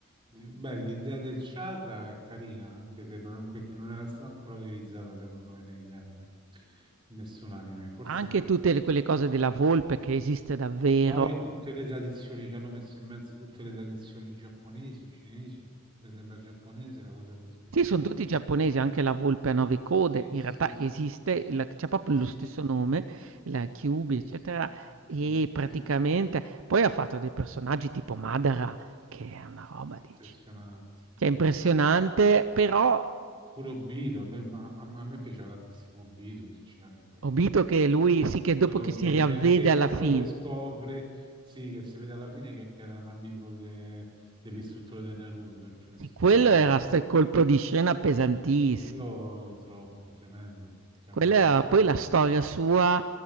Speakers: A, on the right; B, on the right.
A: di- Beh, l'idea del chakra è carina, anche se non, perché non era stata ancora utilizzata, secondo me, negli anime, in nessun anime, forse
B: Anche
A: in
B: tutte le quelle cose della volpe che esiste davvero.
A: Poi tutte le tradizioni ci hanno messo in mezzo tutte le tradizioni giapponesi, cinesi, mi sembra giapponese la cosa del discorso
B: Sì, son
A: della
B: tutti
A: U.
B: giapponesi, anche la volpe a 9 code
A: Sì,
B: in
A: sì,
B: realtà
A: sì,
B: esiste, il c'ha proprio
A: esiste.
B: lo stesso nome, la Kyuubi,
A: Sì,
B: eccetera,
A: sì, di
B: e
A: più.
B: praticamente
A: sì, sì, sì, sì, sì.
B: poi ha fatto dei personaggi tipo Madara, che è una roba dici
A: Impressionante,
B: cioè
A: impressionante.
B: impressionante, però
A: Pure Obito, a me, a, a me piaceva tantissimo Obito, sinceramente.
B: ho visto che lui sì, che dopo
A: Quello-
B: che
A: lo-
B: si riavvede
A: che, che-
B: alla
A: che
B: fin
A: poi si scopre, sì, che si vede alla fine che, che era un amico de- dell'istruttore di Naruto, del primo
B: sì,
A: istruttore
B: quello
A: di Naruto.
B: era 'sto colpo di scena pesantissimo.
A: Quello è troppo tremendo, tremendo.
B: Quella
A: Cioè, cioè,
B: poi la storia sua